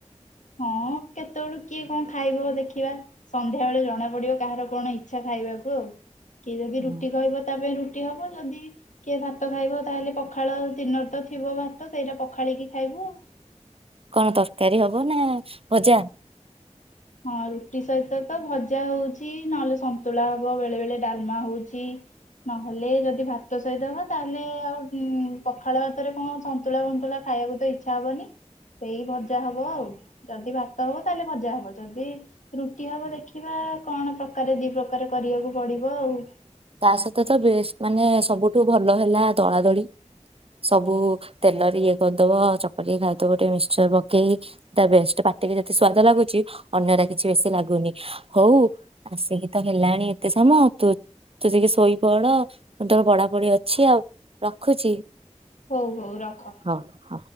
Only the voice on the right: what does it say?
ନା
କଣ ତରକାରୀ ହବ ନା ଭଜା?
ତା ସହିତ ତ ବେଷ୍ଟ ମାନେ ସବୁଠୁ ଭଲ ହେଲା ଦଳା ଦଳି ସବୁ ତେଲରେ ଇଏ କରିଦବ ଚକଟି ଖାଇଦବ ଟିକେ ମିକ୍ସଚର ପକେଇ ତା ବେଷ୍ଟ ପାଟିକି ଯେତେ ସ୍ଵାଦ ଲାଗୁଛି ଅନ୍ୟ ଟା କିଛି ବେଶୀ ଲାଗୁନି ହଉ ଆସିକି ତ ହେଲାଣି ଏତେ ସମୟ ତୁ ତୁ ଟିକେ ଶୋଇପଡ ମୁଁ ତର ପଢାପଢି ଅଛି ଆଉ ରଖୁଛି।
ହଉ।